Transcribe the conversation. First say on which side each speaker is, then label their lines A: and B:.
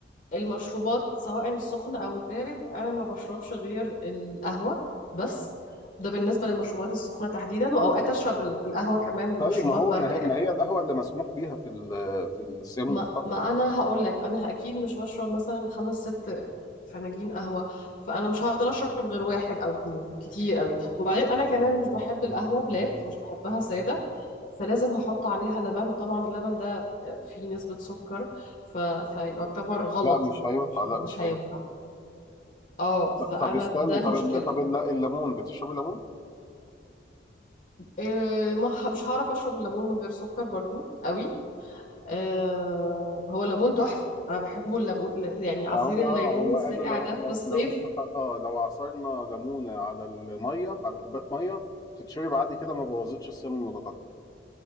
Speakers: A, on the left; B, on the left.
A: المشروبات سواء السخن او البارد انا ما بشربش غير القهوة بس ده بالنسبة للمشروبات السخنة تحديدا واوقات اشرب ال- القهوة كمان
B: طيب
A: مشروبات
B: ما هو
A: باردة
B: ما
A: يعني
B: هي ما هي القهوه اللي مسموح بيها في ال... في الصيام
A: ما
B: المتقطع
A: ما انا هقول لك انا اكيد مش هشرب مثلا خمس ست فناجين قهوه فانا مش هقدر اشرب غير واحد او اتنين بالكتير قوي وبعدين انا كمان مش بحب القهوه بلاك مش بحبها ساده فلازم هحط عليها لبن وطبعا اللبن ده آه، فيه نسبه سكر ف... فيعتبر غلط
B: لا مش
A: يعني
B: هينفع
A: مش
B: لا
A: مش
B: مش
A: هينفع
B: هينفع
A: اه فانا
B: طب استني
A: ده المشكله
B: طب ال- طب الل- الليمون بتشربي ليمون
A: إيه ما ه- مش هعرف اشرب الليمون من غير سكر برضو قوي آه هو ليمون تحفة أنا بحبه الليمون يعني عصير
B: هم
A: الليمون
B: اه هم
A: الساقع
B: قالوا لو
A: ده
B: لو
A: في الصيف
B: لو انت اه لو عصرنا ليمونه على الميه على كوبايه ميه تتشرب عادي كده ما بوظتش السم المتقطع